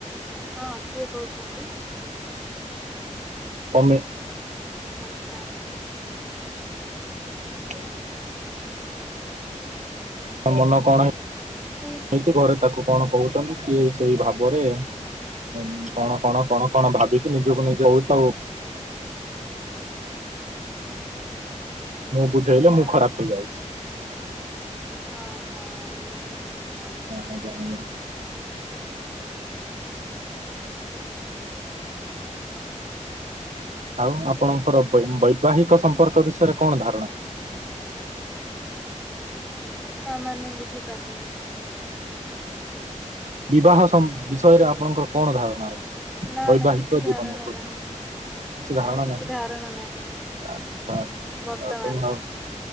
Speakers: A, in the centre; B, on the right.
A: ହଁ କିଏ କହୁଛନ୍ତି।
B: ଅମି।
A: ଆଚ୍ଛା ଆଚ୍ଛା।
B: <inaudible> ତା ମନ କଣ
A: ସେ
B: କିଛି ଘରେ ତାକୁ କଣ କହୁଛନ୍ତି ସିଏ ସେଇ ଭାବରେ। ହୁଁ କଣ କଣ କଣ କଣ ଭାବିକି ନିଜକୁ ନିଜେ ହୋଉଚି ହୋ ମୁଁ ବୁଝେଇଲେ
A: ତାହେଲେ
B: ମୁଁ ଖରାପ ହେଇଯାଉ
A: ଓହୋ ଏମିତି କଥା ତାହେଲେ?
B: ଆଜ୍ଞା ଆଜ୍ଞା। ଆଉ ଆପଣଙ୍କର ବୈ
A: ଘ
B: ବୈବାହିକ ସମ୍ପର୍କ ବିଷୟରେ କଣ ଧାରଣା ଅଛି?
A: ତାମାନେ ବୁଝିପାରିଲିନି।
B: ବିବାହ ସମ୍ପ ବିଷୟରେ ଆପଣଙ୍କର କଣ ଧାରଣା ଅଛି?
A: ନା
B: ବୈବାହିକ
A: ନା କିଛି ଧାରଣା
B: ଜୀବନ ଉପରେ।
A: ନାହିଁ।
B: କିଛି
A: ନାଇଁ
B: ଧାରଣା
A: କିଛି
B: ନାହିଁ।
A: ଧାରଣା ନାହିଁ
B: ଆଛା ଆଛା
A: ବର୍ତ୍ତମାନ
B: ଆଛା ହୋଉ।
A: ପାଇଁ